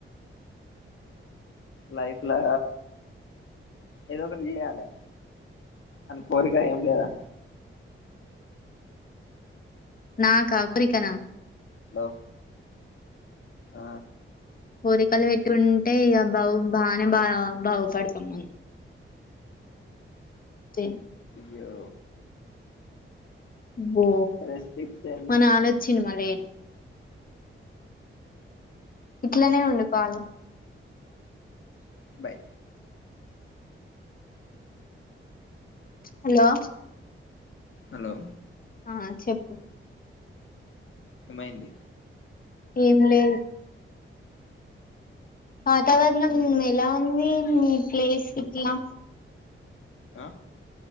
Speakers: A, on the left (about 70°); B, on the left (about 40°).
A: లైఫ్ లో ఏదో ఒకటి చేయ్యాలి అని కోరిక ఏం లేదా
B: నాకా కురికనా
A: హలో ఆ
B: కోరికలు పెట్టి ఉంటే ఇగ బౌ బానే బా బాగుపడతాం మనం తే
A: యో
B: బో
A: రెస్ట్రిక్షన్
B: మా నానొచ్చిన మళ్ళీ ఇట్లనే వండుతాను
A: బాయ్
B: హలో
A: హలో
B: ఆ చెప్పు
A: ఏమైంది
B: ఏం లేదు వాతావరణం ఎలా ఉంది మీ ప్లేస్ ఇట్లా
A: ఆ